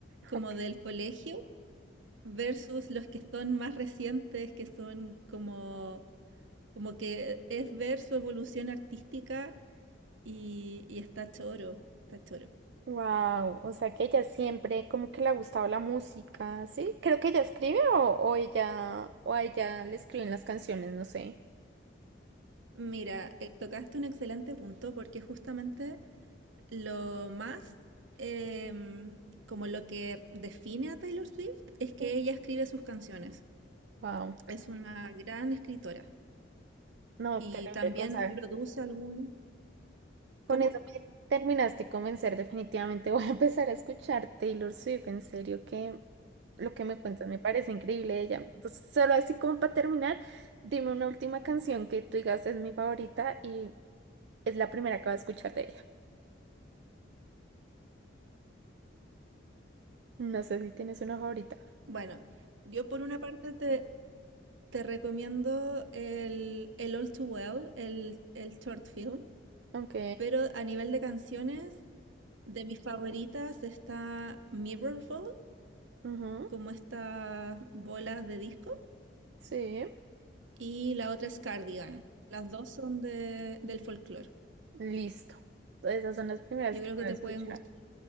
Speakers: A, on the right; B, on the right.
A: como
B: ok.
A: del colegio, versus los que son más recientes, que son como, como que es ver su evolución artística y, y está choro, está choro.
B: Wow, o sea que ella siempre como que le ha gustado la música, ¿sí? Creo que ella escribe o, o ella o a ella le escriben las canciones, no sé.
A: Mira, eh, tocaste un excelente punto porque justamente Lo más, em, como lo que define a Taylor Swift, es
B: Sí.
A: que ella escribe sus canciones.
B: Wow.
A: Es una gran escritora
B: No,
A: y
B: terrible,
A: también
B: Gonzalo.
A: produce algunas.
B: Con
A: ¿Cómo?
B: eso me terminaste de convencer, definitivamente <laughs> voy a empezar a escuchar Taylor Swift, en serio que lo que me cuentas me parece increíble de ella. Entonces, solo así como para terminar, dime una última canción que tú digas es mi favorita y es la primera que voy a escuchar de ella. No sé si tienes una favorita.
A: Bueno, yo por una parte te, te recomiendo el, el All Too Well, el, el short film,
B: Ok,
A: pero a nivel de canciones, de mis favoritas está Mirror Ball,
B: ujú,
A: como estas bolas de disco.
B: sí,
A: y la otra es Cardigan. Las dos son de, del folclore.
B: listo. Todas esas son las primeras
A: Yo
B: que
A: creo que
B: voy a
A: te
B: escuchar.
A: pueden gustar.